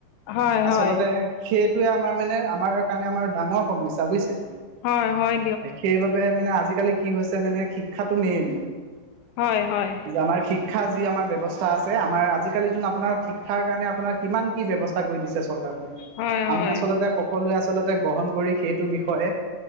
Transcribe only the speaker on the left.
হয়
হয়
হয়-হয়
হয়-হয়।
হয় হয়